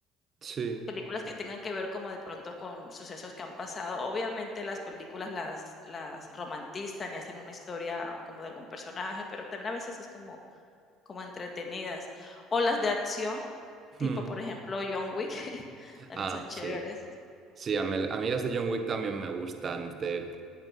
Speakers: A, on the right (about 40°); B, on the left (about 35°).
A: Sí.
B: Películas que tengan que ver como de pronto con sucesos que han pasado. Obviamente las películas las las romantizan y hacen una historia como de algún personaje, pero también a veces es como como entretenidas. O las de acción, tipo,
A: Mm.
B: por ejemplo, John Wick, <laughs> también
A: Ah,
B: son chéveres.
A: sí. Sí, a mí, a mí las de John Wick también me gustan. Te